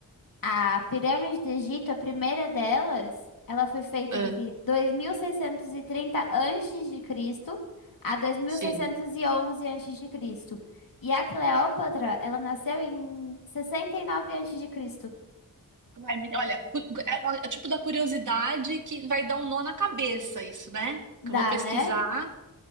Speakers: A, on the left (about 70°); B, on the right (about 60°).
A: a pirâmide do Egito, a primeira delas, ela foi feita
B: Ah,
A: entre 2630 antes de Cristo a 2611
B: sim.
A: antes de Cristo. E a Cleópatra, ela nasceu em 69 antes de Cristo.
B: Vai me- olha, cu- é, uma- é tipo da curiosidade que vai dar um nó na cabeça isso, né?
A: Dá,
B: Que eu vou pesquisar.
A: né?